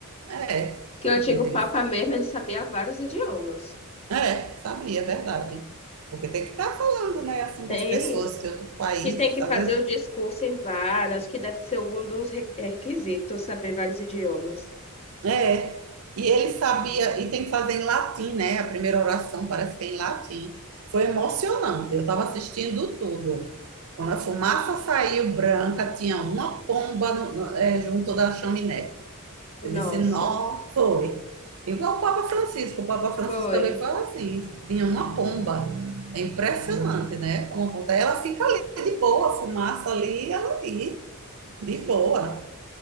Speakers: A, on the right; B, on the left.
A: É.
B: Que o antigo
A: Tem tem
B: Papa
A: que
B: mesmo, ele sabia vários idiomas.
A: É, sabia, é verdade. Porque tem que estar falando, né, assim,
B: Tem
A: com as pessoas do outro país,
B: que tem que
A: às
B: fazer
A: vezes.
B: o discurso em vários, que deve ser um dos re- requisitos, saber vários idiomas.
A: É. E ele sabia, e tem que fazer em latim, né? A primeira oração parece que é em latim. Foi emocionante, eu estava assistindo tudo. Quando a fumaça saiu branca, tinha uma pomba no- no- eh, junto da chaminé.
B: Nossa,
A: Eu disse, não, foi. Igual o Papa Francisco, o Papa Francisco
B: foi.
A: também fala assim, tinha uma pomba. É impressionante, né? Como acontece. Ela fica ali de boa, a fumaça ali, ela ali, de boa.